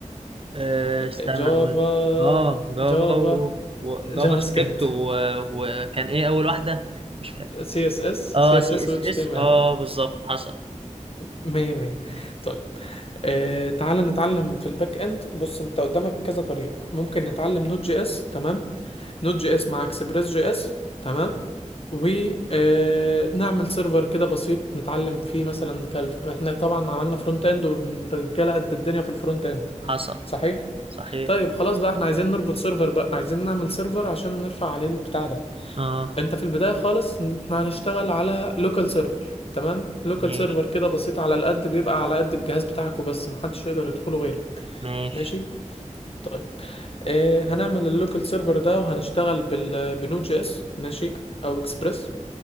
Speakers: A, on the right; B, on the left.
A: آه، استنى
B: جافا
A: أقول اه جافا
B: جافا
A: و... و... جافا
B: جافا
A: سكريبت
B: سكريبت
A: و... وكان إيه أول واحدة مش فاكر
B: سي اس اس
A: اه
B: سي اس
A: سي
B: اس
A: اس
B: و اتش
A: اس
B: تي ام
A: اه
B: ال
A: بالظبط حصل
B: مية مية طيب آه تعال نتعلم في الباك اند بص انت قدامك كذا طريق ممكن نتعلم نوت جي اس تمام نوت جي اس مع اكسبريس جي اس تمام ونعمل سيرفر كده بسيط نتعلم فيه مثلا كالف احنا طبعا عملنا فرونت اند والرجاله قد الدنيا في الفرونت اند
A: حصل
B: صحيح
A: صحيح
B: طيب خلاص بقى احنا عايزين نربط سيرفر بقى عايزين نعمل سيرفر عشان نرفع عليه البتاع ده
A: اه
B: انت في البداية خالص ان احنا هنشتغل على لوكال سيرفر تمام لوكال
A: ماشي
B: سيرفر كده بسيط على القد بيبقى على قد الجهاز بتاعك وبس محدش يقدر يدخله غيره
A: ماشي
B: ماشي طيب اه هنعمل اللوكال سيرفر ده وهنشتغل بال بنود جي اس ماشي او اكسبريس